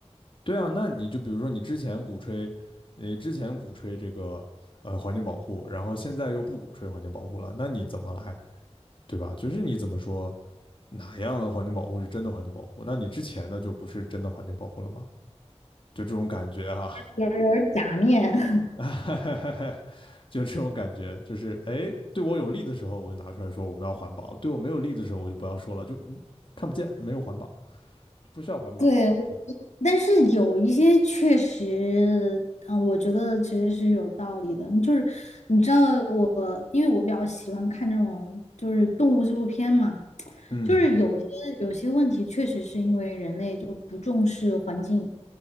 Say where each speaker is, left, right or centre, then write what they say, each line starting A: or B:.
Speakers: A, on the left; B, on the left.
A: 对啊，那你就比如说你之前鼓吹，你之前鼓吹这个呃环境保护，然后现在又不鼓吹环境保护了，那你怎么来，对吧？就是你怎么说哪样的环境保护是真的环境保护？那你之前的就不是真的环境保护了吗？就这种感觉啊。
B: 有有有点 <laughs> 假面。
A: <laughs> 就这种感觉，就是哎，对我有利的时候我就拿出来说我们要环保，对我没有利的时候我就不要说了，就嗯看不见，没有环保，不需要环保。
B: 对，我
A: 是
B: 但是有一些确实，嗯，我觉得其实是有道理的。就是你知道我，因为我比较喜欢看这种就是动物纪录片嘛，
A: 嗯
B: 就是有些有些问题确实是因为人类就不重视环境，